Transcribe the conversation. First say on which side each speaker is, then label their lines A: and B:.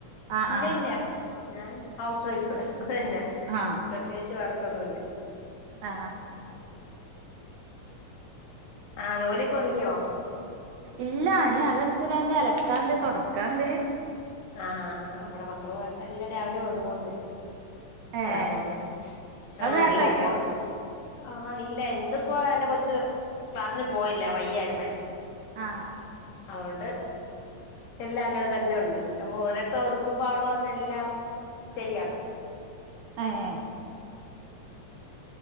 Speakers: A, on the right; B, on the left.
A: ആഹ്
B: ഇല്ല
A: ആഹ്
B: ഇല്ല ഞാൻ ഹൗസ് വൈഫ് അത് തന്നെ
A: ആഹ്
B: പ്രത്യകിച്ച് വർക്കൊന്നുംല്ല
A: ആഹ്
B: ആഹ് ജോലിയൊക്ക് ഒതുങ്ങിയോ
A: ഇല്ല ഇനി അകം അടിച്ചിരാണ്ട് അലക്കാണ്ട് തൊടക്കാണ്ട്
B: ആഹ് ഇവിടെ മക്കള് പോയപ്പോ എല്ലാം രാവിലെയും ഒതുങ്ങോന്ന് വെച്ച്
A: ഏഹ്
B: ആഹ് ചോദിച്ചു
A: അത്
B: ആഹ്
A: നേരത്തെ
B: അല്ല
A: കഴിഞ്ഞോ
B: അപ്പൊ ആഹ് ഇല്ല ഇന്നിപ്പോ എന്റെ കൊച്ച് ക്ലാസ്സിന് പോയില്ല വയ്യാരുന്നേ
A: ആഹ്
B: അതൊണ്ട് എല്ലാം അങ്ങനെ തന്നെ ഒണ്ട് നമ്മ ഓരോത്തും ഒതുക്കുമ്പോ അവള് വന്ന് എല്ലാം ശരിയാക്കും
A: ഏഹ്